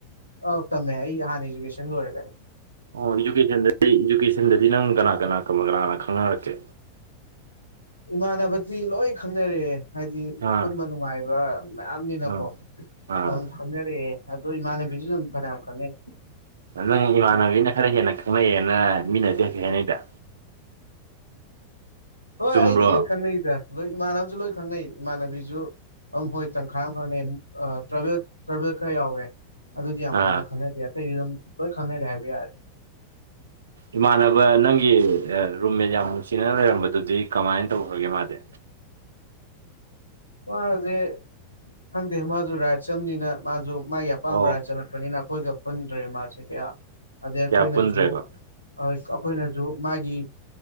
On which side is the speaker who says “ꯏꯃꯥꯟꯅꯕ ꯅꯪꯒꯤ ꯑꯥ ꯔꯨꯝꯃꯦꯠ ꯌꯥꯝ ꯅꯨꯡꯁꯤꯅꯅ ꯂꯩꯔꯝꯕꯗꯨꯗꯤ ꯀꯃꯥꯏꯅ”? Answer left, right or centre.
Right